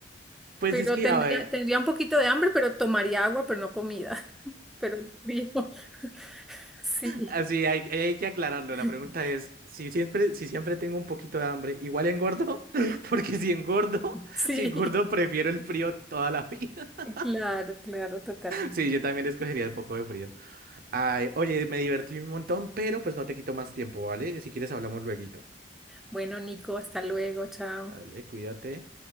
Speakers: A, on the right; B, in the centre.
A: Pues
B: Pero
A: es que,
B: tendría,
A: a ver,
B: tendría un poquito de hambre, pero tomaría agua, pero no comida. <laughs> Pero frío, <laughs> sí.
A: Así hay, hay que aclararlo.
B: <laughs>
A: La pregunta es, si siempre, si siempre tengo un poquito de hambre, ¿igual engordo? <laughs> Porque si engordo,
B: Sí,
A: si engordo, prefiero el frío toda la vida. <laughs>
B: claro, claro, totalmente.
A: Sí, yo también escogería el poco de frío. Ay, oye, me divertí un montón, pero pues no te quito más tiempo, ¿vale? Si quieres hablamos lueguito.
B: Bueno, Nico, hasta luego, chao.
A: Vale, cuídate.